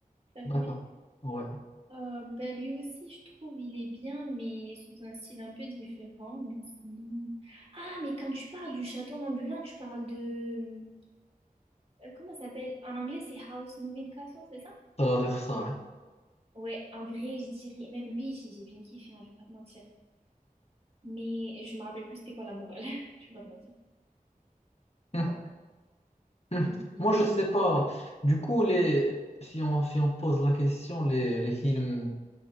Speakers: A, on the right; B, on the left.
A: t'as
B: D'accord.
A: trouvé?
B: Ouais,
A: Euh, bah, lui aussi, je trouve, il est bien, mais sous un style un peu différent. Mais sinon. Ah, mais quand tu parles du château ambulant, tu parles de. euh, comment ça s'appelle? En anglais, c'est House Moving Castle, c'est ça?
B: ça doit être ça, ouais.
A: Ouais, en vrai, je dirais. Même lui, j'ai j'ai bien kiffé, hein, je vais pas te mentir. Mais je me rappelle plus c'était quoi la morale. <laughs> Je peux pas te mentir.
B: <laughs>
A: Ouais.
B: <laughs> Hmm.
A: Oui.
B: Moi, je sais pas. Du coup, les... si on, si on pose la question, les, les films